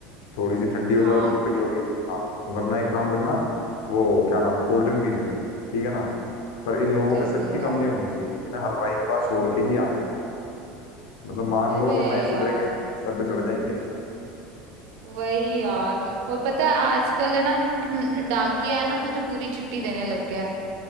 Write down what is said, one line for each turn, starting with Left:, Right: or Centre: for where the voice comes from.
Left: थोड़ी सी ठंडी हो
Right: हाँ
Left: जाओगी तो पिघलोगी नहीं हाँ वरना एक काम करना वो क्या नाम है कोल्ड ड्रिंक पी लेना ठीक है ना पर इन लोगों
Right: चल
Left: पे सख्ती
Right: लेंगा
Left: कम नहीं होनी चाहिए इन्हें हलवाई के पास छोड़ के ही आना है मतलब मान
Right: अरे
Left: लो वरना ये सुधरेंगे
Right: यार
Left: नहीं सर पे चढ़ जाएंगे
Right: वही यार और पता है आजकल है ना <clears throat> डाकिया है ना मुझे पूरी चिट्ठी देने लग गया है